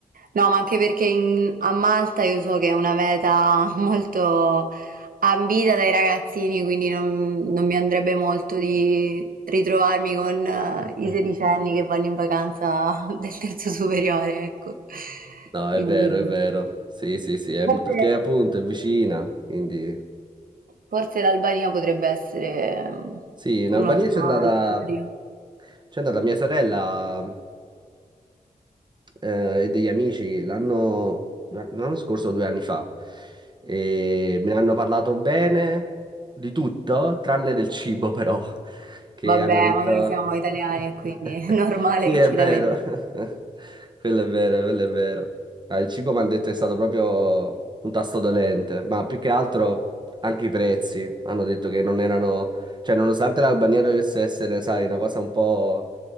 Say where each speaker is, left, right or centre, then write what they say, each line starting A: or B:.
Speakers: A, on the right; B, on the right.
A: No, ma anche perché in- a Malta io so che è una meta <laughs> molto ambita dai ragazzini, quindi non, non mi andrebbe molto di ritrovarmi con eh,
B: <laughs>
A: i sedicenni che vanno in vacanza <laughs> del terzo superiore, ecco.
B: No,
A: Quindi
B: è vero, è vero. Sì, sì, sì, è-
A: forse,
B: perché appunto è vicina, quindi...
A: forse l'Albania potrebbe essere eh,
B: Sì, in
A: un'ottima
B: Albania c'è andata,
A: alternativa.
B: c'è andata mia sorella eh, e degli amici l'anno l'anno scorso o due anni fa e me ne hanno parlato bene di tutto, tranne del cibo però, che
A: Vabbè,
B: hanno detto...
A: ma noi siamo italiani
B: <laughs>
A: e quindi <laughs> è normale
B: Sì,
A: che
B: è
A: ci
B: vero,
A: lamentiamo.
B: <laughs> quello è vero, quello è vero. Ah, il cibo mi hanno detto è stato proprio un tasto dolente, ma più che altro anche i prezzi hanno detto che non erano... Cioè, nonostante l'Albania dovesse essere, sai, una cosa un po'